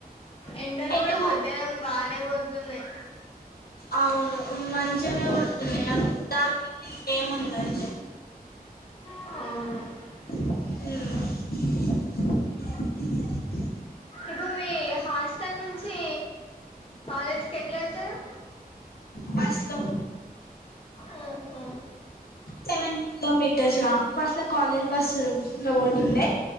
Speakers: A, on the left (about 35°); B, on the left (about 80°).
A: ఎండలు
B: ఎటు
A: గూడా మధ్యాహ్నం బానే కొడుతున్నాయి
B: అవును మంచిగనే కొడుతున్నాయి అసలు దానికి దీనికి ఏముంది అయితే
A: అవ్ను
B: హ్మ్
A: ఇప్పుడు మీ హాస్టల్ నుంచి కాలేజ్ కి ఎట్లేళ్తారు
B: బస్లో
A: ఓహొ
B: సెవెన్ కిలోమీటర్స గా ఫస్ట్లో కాలేజ్ బస్సు లో పోతుండే